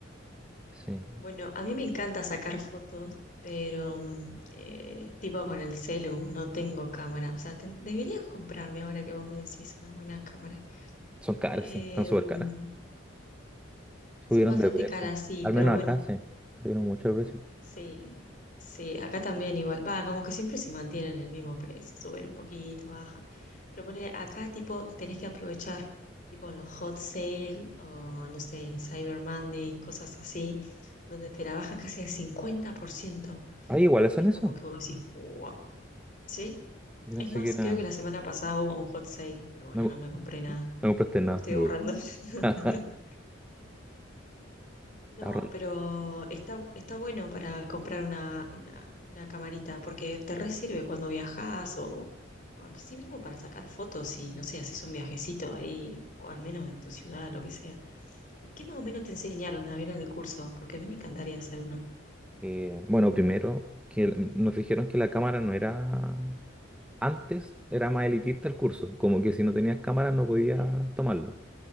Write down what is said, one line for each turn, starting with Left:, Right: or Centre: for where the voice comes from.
Centre: Sí.
Left: Bueno, a mí me encanta sacar fotos, pero mm, eh, tipo con el celu, no tengo cámara. O sea, ten- debería comprarme ahora que vos me decís una buena cámara.
Centre: Son caras,
Left: Em,
Centre: sí, están súper caras.
Left: son
Centre: Subieron
Left: bastante
Centre: de precio.
Left: caras, sí,
Centre: Al menos
Left: pero bueno,
Centre: acá, sí. Subieron mucho de precio.
Left: Sí, sí, acá también igual. Va, como que siempre se mantienen el mismo precio, suben un poquito, bajan. Pero poner acá tipo tenés que aprovechar tipo en los hot sale o no sé, en Cyber Monday, cosas así, donde te la bajan casi al cincuenta por ciento
Centre: Ah, iguales son
Left: Y es
Centre: eso.
Left: como que vos decís, wow, ¿sí?
Centre: Yo pensé
Left: Es más,
Centre: que era...
Left: creo que la semana pasada hubo un hot sale, pero bueno,
Centre: No,
Left: no me compré nada,
Centre: no compraste
Left: porque
Centre: nada,
Left: estoy
Centre: duro.
Left: ahorrando. <laughs>
Centre: <laughs>
Left: No,
Centre: Ahorran-
Left: pero está, está bueno para comprar una, una, una camarita, porque te re sirve cuando viajas o, o en sí mismo para sacar fotos y, no sé, haces un viajecito ahí, o al menos de tu ciudad, lo que sea. ¿Y qué más o menos te enseñaron a ver en el curso? Porque a mí me encantaría hacer uno.
Centre: eh, bueno, primero, que el- nos dijeron que la cámara no era... Antes era más elitista el curso, como que si no tenías cámara no podías
Left: Sí.
Centre: tomarlo.